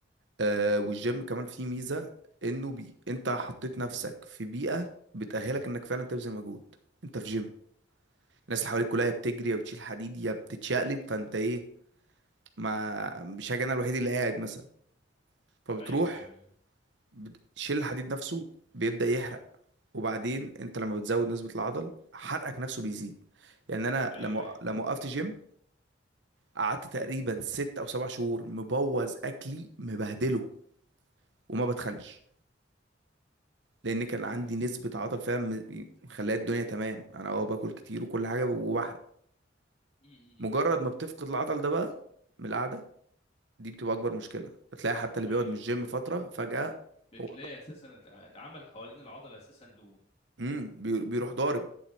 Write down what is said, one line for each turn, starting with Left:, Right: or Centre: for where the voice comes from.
Right: آه والجيم كمان فيه ميزة انه بي انت حطيت نفسك في بيئة بتأهلك انك فعلا تبذل مجهود انت في جيم الناس اللي حواليك كلها يا بتجري يا بتشيل حديد يا بتتشقلب فانت ايه ما مش هاجي انا الوحيد اللي قاعد مثلا فبتروح
Left: ايوه ايوه ايوه
Right: بتشيل الحديد نفسه بيبدأ يحرق وبعدين انت لما بتزود نسبة العضل حرقك نفسه بيزيد يعني انا
Left: ايوه
Right: لما
Left: ايوه
Right: لما وقفت جيم قعدت تقريبا ست او سبع شهور مبوظ اكلي مبهدله وما
Left: م-
Right: بتخنش لان كان عندي نسبة عضل فاهم مخليها الدنيا تمام انا اه باكل كتير وكل حاجة وبحرق
Left: م-
Right: مجرد ما بتفقد العضل ده بقى من القعدة دي بتبقى اكبر مشكلة بتلاقي حتى اللي
Left: م.
Right: بيقعد
Left: ايوه
Right: من الجيم فترة فجأة
Left: بتلاقي
Right: هو
Left: اساسا ات- اتعمل حوالين العضله اساسا دهون
Right: امم بي- بيروح ضارب